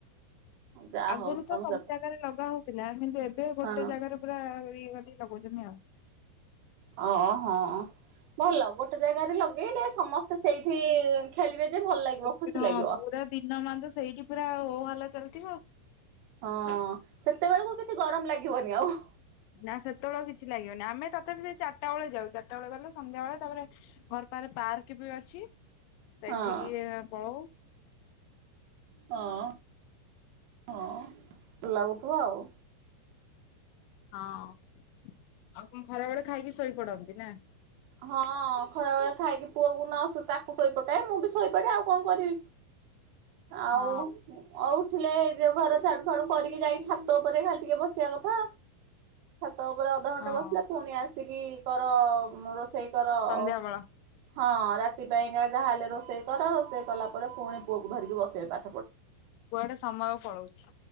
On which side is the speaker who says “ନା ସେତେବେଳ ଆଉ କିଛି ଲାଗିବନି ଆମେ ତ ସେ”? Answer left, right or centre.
Left